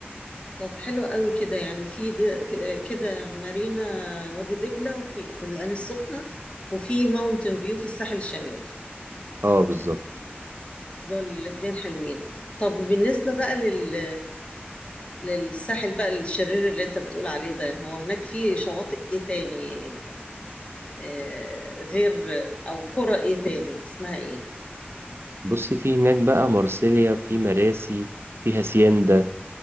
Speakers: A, on the left; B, on the right.
A: طب حلو قوي كده يعني في د- ك- كده مارينا وادي دجلة وفي في العين السخنة وفي ماونتن فيو في الساحل الشمالي
B: اه بالظبط
A: دول الاتنين حلوين طب بالنسبة بقى لل للساحل بقى الشرير اللي انت بتقول عليه ده هو هناك في شواطئ ايه تاني آه غير او قرى ايه تاني اسمها ايه
B: بصي في هناك بقى مارسيليا في مراسي في هاسيندا